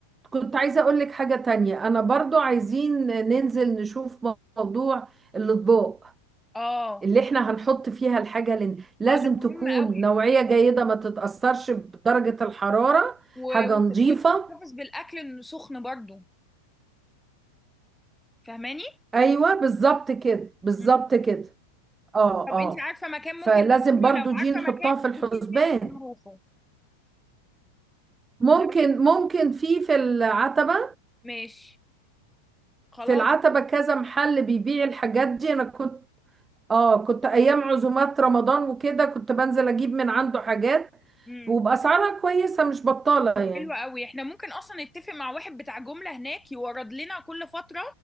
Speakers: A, on the right; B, in the centre.
A: كنت عايزة اقول لك حاجة تانية انا برضو عايزين ننزل نشوف موضوع الاطباق
B: اه
A: اللي احنا هنحط فيها الحاجة لن... لازم
B: اه ده مهم
A: تكون
B: قوي
A: نوعية جيدة ما تتأثرش بدرجة الحرارة
B: و-
A: حاجة
B: وت-
A: نظيفة
B: وتحتفظ بالاكل انه سخن برضو فاهماني
A: ايوه بالظبط كده بالظبط
B: مم.
A: كده اه
B: طب
A: اه
B: انت عارفه مكان
A: فلازم
B: ممكن ننزله
A: برضو
B: لو
A: دي
B: عارفه
A: نحطها
B: مكان
A: في الحسبان
B: خديني ننزل نروحه
A: ممكن
B: لو
A: ممكن في في العتبة
B: ماشي خلاص
A: في العتبة كذا محل بيبيع الحاجات دي انا كنت اه كنت ايام عزومات رمضان وكده كنت بنزل اجيب من عنده حاجات
B: امم
A: وبأسعارها كويسة مش بطالة يعني
B: حلو قوي احنا ممكن اصلا نتفق مع واحد بتاع جمله هناك يورد لنا كل فتره